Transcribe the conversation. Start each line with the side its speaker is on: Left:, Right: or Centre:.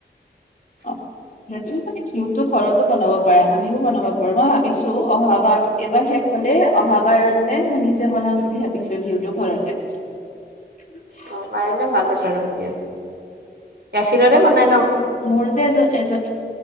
Right: <inaudible>
Left: অ তুমি মানে ঘিউটো ঘৰতো বনাব পাৰা আমিও বনাব পাৰো মই ভাবিছো অহাবাৰ। এইবাৰ শেষ হলে অহা বাৰলে মই নিজে বনাম বুলি ভাবিছোঁ ঘিউটো ঘৰতে। <inaudible>
Right: অ পাৰিলে ভালে আছে আৰু কি গাখীৰতে বনাই ন?
Left: মোৰ যে এজ এজন।